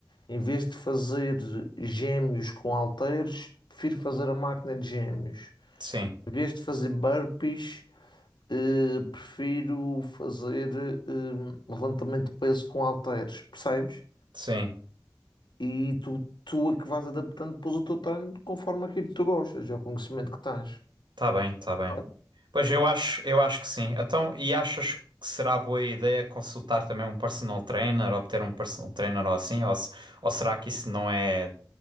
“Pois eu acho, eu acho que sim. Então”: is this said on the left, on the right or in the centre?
Right